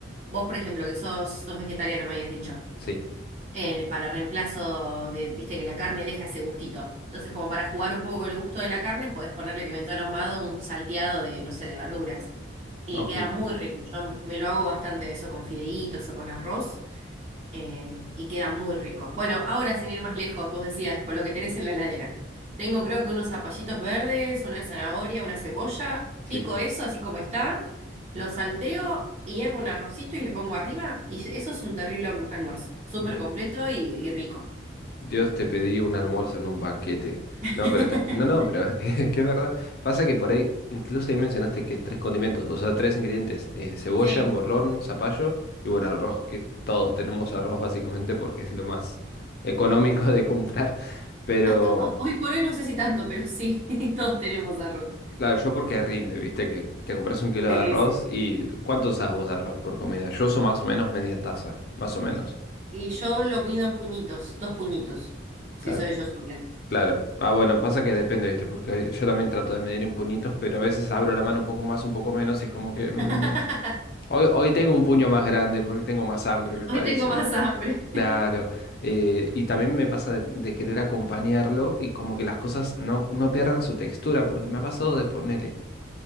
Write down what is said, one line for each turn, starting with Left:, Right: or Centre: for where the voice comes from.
Right: vos por ejemplo, que sos, sos vegetariana, me habías dicho.
Left: sí,
Right: eh, para reemplazo de, viste que la carne deja ese gustito. Entonces, como para jugar un poco con el gusto de la carne, podés ponerle pimentón ahumado un salteado de, no sé, de verduras. Y
Left: ok,
Right: queda muy rico. Yo me lo hago bastante eso con fideitos o con arroz eh, y queda muy rico. Bueno, ahora sin ir más lejos, vos decías, con lo que tenés en la heladera. Tengo creo que unos zapallitos verdes, una zanahoria, una cebolla,
Left: sí.
Right: pico eso así como está, lo salteo, y hiervo un arrocito y le pongo arriba y eso es un terrible alm- almuerzo, súper
Left: Mm,
Right: completo y, y rico.
Left: Dios te pedí un almuerzo en un banquete.
Right: <laughs>
Left: No, pero está, no, no, pero <laughs> es que es verdad. Pasa que por ahí, incluso ahí mencionaste que tres condimentos, o sea, tres ingredientes, eh, cebolla,
Right: Sí,
Left: morrón, zapallo y bueno, arroz, que todos tenemos arroz básicamente porque es lo más económico de comprar, pero...
Right: hasta ho- hoy por hoy no sé si tanto, pero sí, <laughs> todos tenemos arroz.
Left: Claro, yo porque rinde, viste, que te compras un kilo
Right: Sí,
Left: de arroz
Right: sí.
Left: y ¿cuánto usás vos de arroz por comida? Yo uso más o menos media taza, más o menos.
Right: Y yo lo pido en puñitos, dos puñitos, si
Left: Claro,
Right: soy yo sola.
Left: claro. Ah, bueno, pasa que depende, viste, porque yo también trato de medir en puñitos, pero a veces abro la mano un poco más, un poco menos y es como
Right: <laughs>
Left: que... mm, hoy, hoy tengo un puño más grande porque tengo más hambre, me
Right: Hoy
Left: parece.
Right: tengo más hambre.
Left: Claro. eh, y también me pasa de, de querer acompañarlo y como que las cosas no, no pierdan su textura, porque me ha pasado de ponerle...